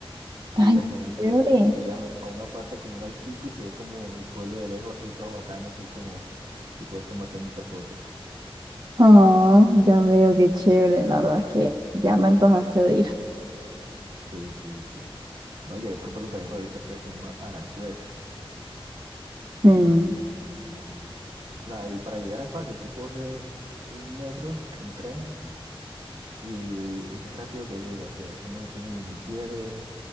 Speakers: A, on the right; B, on the right.
A: Y
B: Ay,
A: al final
B: chévere.
A: te, te llevan a una parte como un altico y se ve como el pueblo de lejos, así todo bacano, así como, y puedes tomarte muchas fotos.
B: Oh, ya veo, qué chévere. La verdad es que ya me antojaste de ir.
A: Sí, sí, sí. No, y hay otro pueblo también por ahí cerca que se llama Aranjuez,
B: Mm,
A: también. La, y para llegar es fácil, tú coges un metro, un tren. Y eh, es rápido que llega, o sea, eso no tiene ningún pierde.